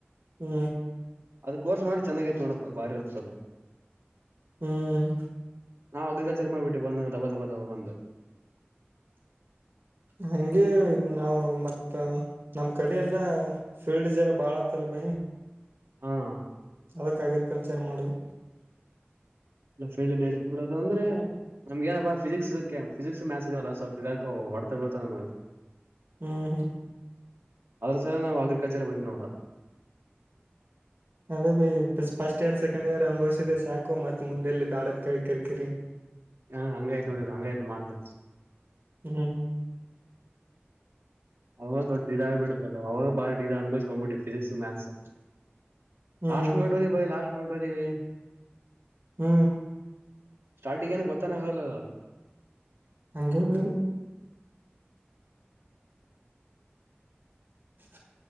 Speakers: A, on the right (about 55°); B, on the right (about 80°).
A: ಹೂ
B: ಅದ ಕೋರ್ಸ್ ಮಾಡಿ ಚೆನ್ನಾಗ ಐತ್ ನೋಡಪ್ಪ ಅದು ಬಾರಿ ಇರ್ತದ
A: ಹ್ಮ್
B: ನಾವು ಅಗ್ರಿಕಾಚರ್ ಮಾಡ್ಬಿಟ್ಟು ಒಂದು ದಬ ದಬ ದಬ ಬಂದು
A: ಹಂಗೆ ನಾವು ಮತ್ತ ನಮ್ ಕಡೆ ಎಲ್ಲಾ ಫೀಲ್ಡ್ ಜರ ಬಾಳ ಆತ್ತಲ್ ಭೈ
B: ಹಾ
A: ಅದಕ್ಕೆ ಅಗ್ರಿಕಲ್ಚರ್ ಮಾಡ್ದೆ
B: ಎಲ್ಲ ಫೀಲ್ಡ್ ನಡ್ತಿ ಬಿಡೋದು ಅಂದ್ರೆ ನಮ್ಗ ಏನಪ್ಪಾ ಫಿಸಿಕ್ಸ್ ಕೆ ಫಿಸಿಕ್ಸ್ ಮ್ಯಾತ್ಸ್ ಇದೆವಲ್ಲ ಸ್ವಲ್ಪ ಇದ ಹೊಡ್ತ ಬೀಳತಾವ ನಮಗ
A: ಹ್ಮ್ ಹ್ಮ್
B: ಅದ್ರ ಸಹ ನಾವು ಅಗ್ರಿಕಲ್ಚರ್ ಬಂದು ನೋಡ
A: ಅದೇ ಬೈ ಫಸ್ಟ್ ಇಯರ್ ಸೆಕೆಂಡ್ ಇಯರ್ ಅನುಭವಸಿದೆ ಸಾಕು ಮತ್ ಮುಂದೆಲ್ಲಿ ಬ್ಯಾಡ ಕಳ್ ಕರಿ ಕರಿ
B: ಹ ಹಂಗಾಯ್ತ್ ನೋಡಿದ ಹಂಗಾಯ್ತ್ ಮಾತ್
A: ಹ್ಮ್
B: ಅವಾಗ ದೊಡ್ಡ ಇದ ಆಗಿ ಬಿಡ್ತದೆ ಅವಾಗ ಬಾರಿ ಡಾ ಅನ್ಭ್ಕೊ್ಬಿಟ್ಟವಿ ಫಿಸಿಕ್ಸ್ ಮ್ಯಾಥಸ್
A: ಹ್ಮ್
B: ಲಾಸ್ಟ್ ಮಿನಿಟ್ದ ಬೈ ಲಾಸ್ಟ್ ಮಿಟ್ದವಿ
A: ಹ್ಮ್
B: ಸ್ಟಾರ್ಟಿಂಗ್ ಏನ ಗೊತ್ತಾನ ಆಗಲ್ಲ.
A: ಅಂಗೆ ಬೆ <unintelligible>